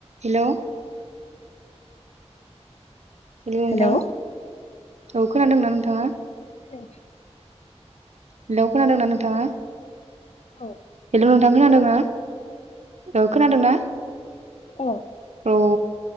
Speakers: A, on the right; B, on the left.
A: हेलोव हेलोव नोंथां?
B: हेलौ
A: औ खोनादोंना नोंथांङा?
B: दो
A: हेलौ खोनादोंना नोंथांङा?
B: औ
A: हेल' नोंथां खोनादोंना? ओ खोनादों ना?
B: औ
A: औ